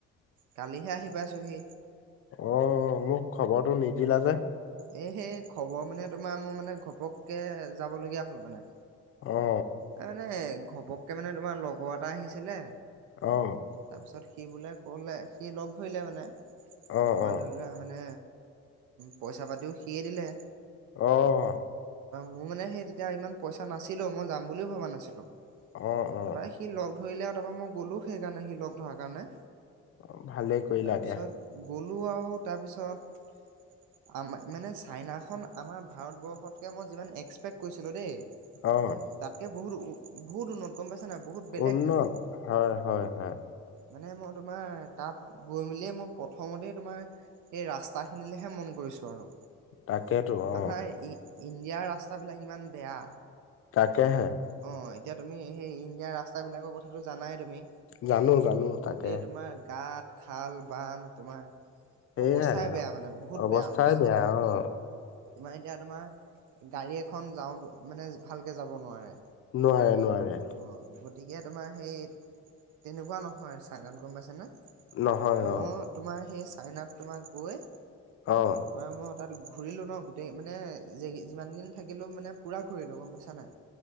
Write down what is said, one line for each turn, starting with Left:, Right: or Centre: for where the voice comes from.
Right: কালিহে আহি পাইছোহি।
Left: অ', মোক খবৰটো নিদিলা যে।
Right: এ সেই খবৰ মানে তোমাৰ মোৰ মানে ঘপককে যাব লগীয়া হ'ল মানে।
Left: অ।
Right: এই মানে ঘপককে মানে তোমাৰ লগৰ এটা আহিছিলে
Left: অ'।
Right: তাৰপিছত সি বোলে ক'লে সি লগ ধৰিলে মানে
Left: অ',
Right: তোমাৰ
Left: অ',
Right: ধৰি লোৱা মানে। পইচা পাতিও সিয়েই দিলে।
Left: অ',
Right: মোৰ মানে সেই তেতিয়া ইমান পইচা নাছিলো মই যাম বুলিও ভবা নাছিলো
Left: অ',
Right: তাৰপৰা
Left: অ',
Right: সি লগ ধৰিলে আৰু তাৰ পৰা মই গ'লো সেইকাৰণে সি লগ ধৰা কাৰণে।
Left: অ' ভালেই কৰিলা
Right: তাৰপিছত
Left: দিয়া।
Right: গ'লো আৰু তাৰপিছত চাইনাখন আমাৰ ভাৰতবৰ্ষতকৈ মই যিমান এক্সপেক্ট কৰিছিলোঁ দেই
Left: অ',
Right: তাতকে বহুত বহুত উন্নত গম পাইছা নাই বহুত বেলেগ
Left: উন্নত
Right: মানে
Left: হয়, হয়-হয়।
Right: মানে মই তোমাৰ তাত গৈ মেলিয়ে মই প্ৰথমতেই তোমাৰ এই ৰাস্তাখিনিলেহে মন কৰিছোঁ আৰু।
Left: তাকেইতো অ।
Right: আমাৰ ই ইণ্ডিয়াৰ ৰাস্তাবিলাক ইমান বেয়া।
Left: তাকে হে।
Right: অ এতিয়া তুমি সেই ইণ্ডিয়া ৰাস্তাবিলাকৰ কথাটো জানাই তুমি
Left: জানো জানো তাকে।
Right: গোটেই তোমাৰ গাঁত খাল বান্ধ। তোমাৰ
Left: সেইয়াই
Right: অৱস্থাই
Left: আৰু
Right: বেয়া মানে বহুত
Left: অৱস্থাই
Right: বেয়া অৱস্থা।
Left: বেয়া
Right: তোমাৰ
Left: অ',
Right: এতিয়া তোমাৰ গাড়ী এখন যাওঁ মানে ভালকে যাব নোৱাৰে।
Left: নোৱাৰে নোৱাৰে।
Right: অ গতিকে তোমাৰ সেই তেনেকুৱা নহয় চাইনাত গম পাইছানে।
Left: নহয়
Right: মই
Left: অ',
Right: তোমাৰ সেই চাইনাত তোমাৰ গৈ
Left: অ',
Right: তোমাৰ মই তাত ঘূৰিলো ন গোটেই মানে যিমান কেইদিন থাকি <unintelligible> লো মানে পূৰা ঘূৰিলোঁ গম পাইছা নাই